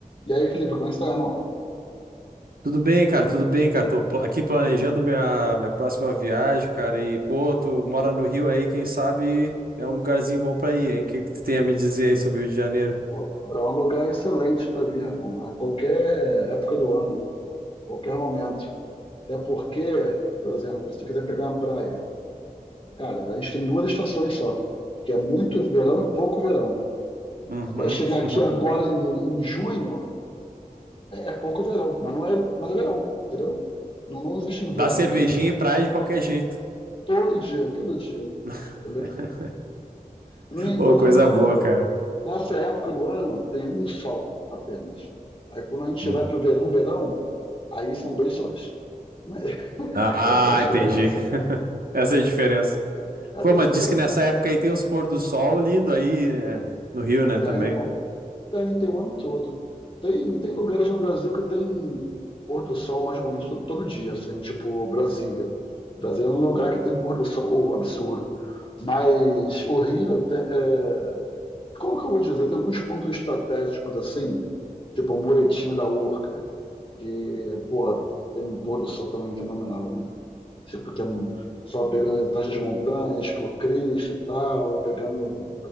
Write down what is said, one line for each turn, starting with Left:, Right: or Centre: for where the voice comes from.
Left: E aí, Felipe, como é que está, irmão?
Right: Tudo bem, cara, tudo bem, cara. Tô pla- aqui planejando minha, minha próxima viagem, cara. E, pô, tu mora no Rio aí, quem sabe é um lugarzinho bom pra ir, hein? O que que tu tem a me dizer aí sobre o Rio de Janeiro?
Left: Pô, É um lugar excelente para vir, irmão, a qualquer época do ano, qualquer momento. Até porque, por exemplo, se tu quiser pegar uma praia, cara, a gente tem duas estações só, que é muito verão e pouco verão.
Right: Uhum.
Left: Vai chegar
Right: <laughs>
Left: aqui agora em, em junho, é, é pouco verão, mas não é, mas é verão, entendeu? Não, não existe inverno
Right: Dá cervejinha
Left: aqui.
Right: e praia de qualquer jeito.
Left: Todo dia, todo dia,
Right: <laughs>
Left: entendeu? No, no,
Right: Ô, coisa
Left: no-
Right: boa, cara.
Left: nessa época do ano tem um sol apenas. Aí quando a gente
Right: Uhum.
Left: vai para o verão, verão, aí são dois sóis. Mas <laughs>
Right: Ah,
Left: essa é a diferença.
Right: entendi. <laughs> Essa é a diferença.
Left: Essa
Right: Pô,
Left: é a
Right: mas
Left: diferença.
Right: diz que nessa época aí tem uns pôr do sol lindo aí, né, no Rio, né,
Left: Tem,
Right: também.
Left: ó, tem, tem o ano todo. Tem, tem lugares no Brasil que tem pôr do sol mais bonito todo, todo dia, assim, tipo Brasília. Brasília é um lugar que tem pôr do sol absurdo. Mas o Rio tem, é, Como que eu vou dizer? Tem alguns pontos estratégicos assim, tipo a muretinha da Urca, que, pô, tem um pôr do sol também fenomenal, né? Tipo, que é um- só pegando atrás das montanhas, pelo Cristo e tal, vai pegando.